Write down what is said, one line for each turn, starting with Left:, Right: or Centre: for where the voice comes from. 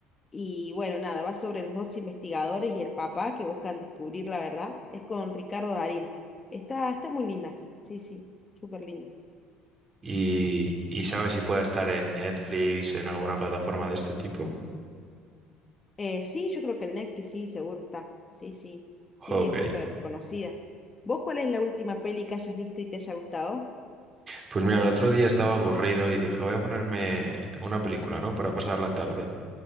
Left: Y bueno, nada, va sobre los dos investigadores y el papá que buscan descubrir la verdad. Es con Ricardo Darín. Está, está muy linda. Sí, sí, súper linda.
Right: y, y sabes si pueda estar en Netflix, en alguna plataforma de este tipo.
Left: Eh, sí, yo creo que en Netflix sí, seguro está. Sí, sí, sí,
Right: Ok.
Left: es súper conocida. ¿Vos cuál es la última peli que hayas visto y te haya gustado?
Right: Pues mira, el otro día estaba aburrido y dije, voy a ponerme una película, ¿no? Para pasar la tarde.